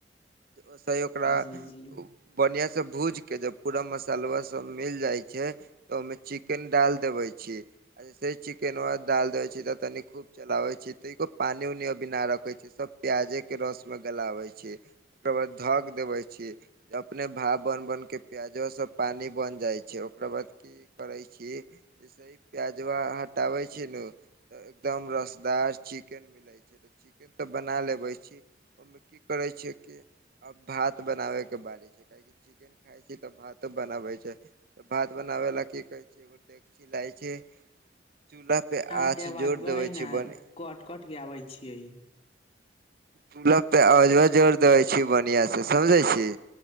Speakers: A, on the right; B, on the left.
A: ओसही ओकरा
B: जी जी
A: बढ़िआ से भूज के जब पूरा मसाला सब मिल जाइ छै तऽ ओहिमे चिकेन डाल देबै छी। अ जैसे ही चिकेनवा दाल देवे छी तऽ तनी खूब चलावे छी त इको पानी उनी अभी ना रखे छी सब प्याजे के रस में गलाबे छै। ओकर बाद धक देबे छी अपने भाप बन बन के प्याजो से पानी बन जाइ छै ओकरा बाद की करे छी? जैसे ही प्याजवा हटावे छी न त एकदम रसदार चिकेन मिले छै। तऽ चिकेन तऽ बना लेबे छी। ओहिमे की करे छै कि आब भात बनाबे के बारी छै काहेकि चिकेन खाय छी तऽ भातो बनाबे छै त भात बनाबे ला की कहै छै एगो डची लइ <unintelligible> छै चूल्हा पे
B: अहाँके
A: आँछ
B: आवाजबै
A: जोड़ देबे
B: ने
A: छै बने
B: कट कट के आबै छियै।
A: चूल्हा पे आंच ल <unintelligible> जोर देै छी बढ़ियां से समझै छी